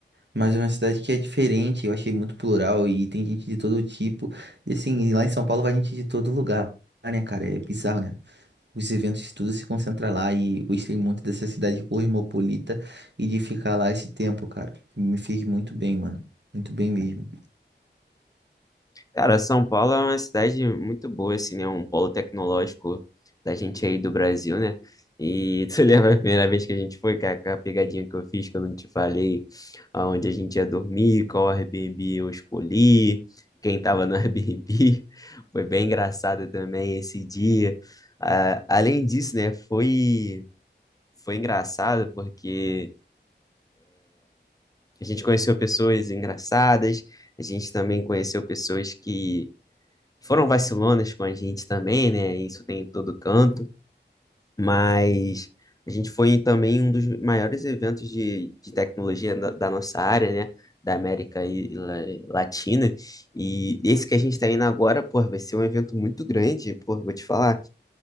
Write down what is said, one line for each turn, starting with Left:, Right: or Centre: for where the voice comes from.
Right: Mas é uma cidade que é diferente, eu achei muito plural e tem gente de todo tipo. E assim, lá em São Paulo vai gente de todo lugar, né, cara? É bizarro, né? Os eventos tudo se concentra lá e eu gostei muito dessa cidade cosmopolita e de ficar lá esse tempo, cara. Me fez muito bem, mano. Muito bem mesmo.
Left: Cara, São Paulo é uma cidade muito boa, assim, né? Um polo tecnológico da gente aí do Brasil, né? E tu <laughs> lembra a primeira vez que a gente foi, cara, com a pegadinha que eu fiz, que eu não te falei, aonde a gente ia dormir, qual Airbnb eu escolhi, quem tava no <laughs> Airbnb. Foi bem engraçado também esse dia. Ah, além disso, né, foi, foi engraçado porque a gente conheceu pessoas engraçadas, a gente também conheceu pessoas que foram vacilonas com a gente também, né? Isso tem em todo canto, mas a gente foi também um dos maiores eventos de, de tecnologia da, da nossa área, né? Da América e, la- Latina. E esse que a gente está indo agora, pô, vai ser um evento muito grande, pô, vou te falar.